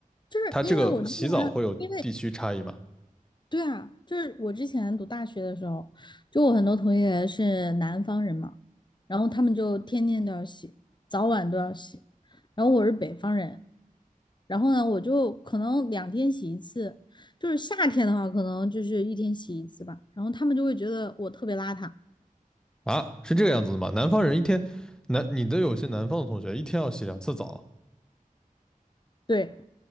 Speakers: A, on the left; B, in the centre.
A: 就是因为我之前，
B: 它这个洗澡会有地区差异吗？
A: 因为对啊，就是我之前读大学的时候，就我很多同学是南方人嘛，然后他们就天天都要洗，早晚都要洗，然后我是北方人，然后呢，我就可能两天洗一次，就是夏天的话，可能就是一天洗一次吧，然后他们就会觉得我特别邋遢，
B: 啊，是这个样子的吗？南方人一天，南你的有些南方的同学一天要洗两次澡。
A: 对